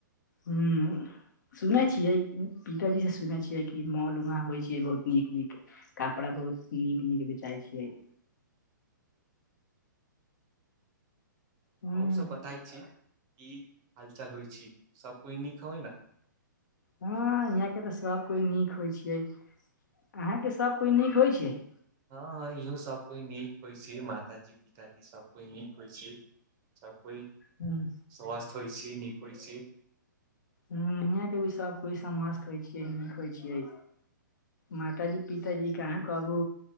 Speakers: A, on the left; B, on the right.
A: हूँ। सुनै छियै पिताजी से सुनै छियै कि मॉलमे होइ छैैय बहुत नीक-नीक कपड़ा बहुत नीक- नीक बेचाय छियै। हूँ
B: और सभ बताय छी। की हाल चाल होइ छी सब कोइ नीक होइ न।
A: हँ इहाँके त सभ कोइ नीक होइ छियै अहाँके सभ कोइ नीक होइ छियै।
B: हँ- हँ इहो सभ कोइ नीक होइ छैय माताजी- पिताजी सभ कोइ नीक होइ छैय। सब कोइ
A: हँ
B: स्वस्थ होइ छी, नीक होइ छी।
A: ह यहाँ के भी सब कोई सब मस्त होइ छियै नीक होइ छियै। मातााजी पिताजी कहाँ कबू